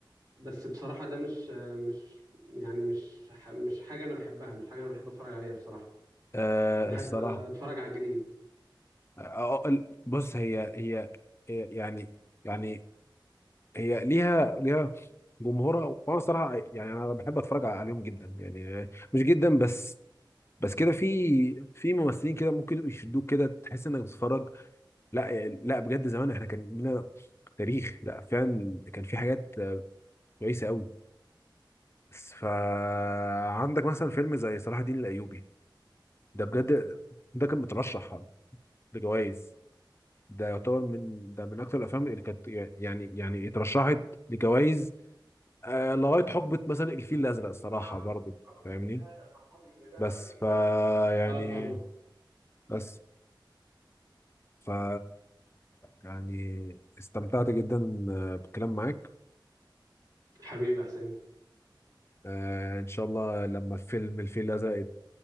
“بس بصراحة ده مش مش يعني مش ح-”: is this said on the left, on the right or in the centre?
Right